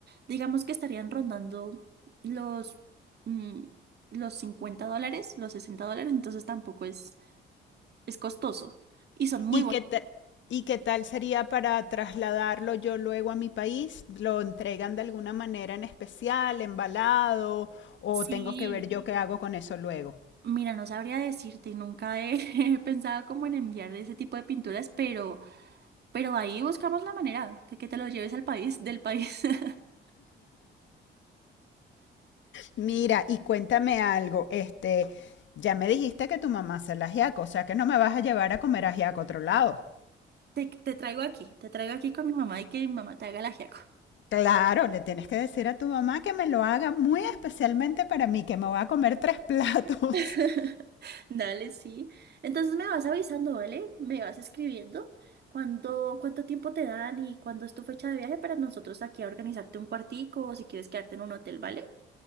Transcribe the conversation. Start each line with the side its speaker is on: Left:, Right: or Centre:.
Right: Digamos que estarían rondando los... mm, los 50 dólares, los 60 dólares, entonces tampoco es es costoso y son muy
Left: ¿Y
Right: bonitos.
Left: qué ta- y qué tal sería para trasladarlo yo luego a mi país? ¿Lo entregan de alguna manera en especial, embalado, o
Right: Sí,
Left: tengo que ver yo qué hago con eso luego?
Right: mira, no sabría decirte, nunca he <laughs> pensado como en enviar ese tipo de pinturas, pero, pero ahí buscamos la manera de que te lo lleves al país, del país. <laughs>
Left: Mira, y cuéntame algo, este, ya me dijiste que tu mamá hace el ajiaco, o sea que no me vas a llevar a comer ajiaco a otro lado.
Right: Te, te traigo aquí, te traigo aquí con mi mamá y que mi mamá te haga el ajiaco.
Left: Claro, le tienes que decir a tu mamá que me lo haga muy especialmente para mí, que me voy a comer tres <laughs> platos.
Right: <laughs> Dale, sí. Entonces me vas avisando, ¿vale? Me vas escribiendo cuándo, cuánto tiempo te dan y cuándo es tu fecha de viaje para nosotros aquí a organizarte un cuartico o si quieres quedarte en un hotel, ¿vale?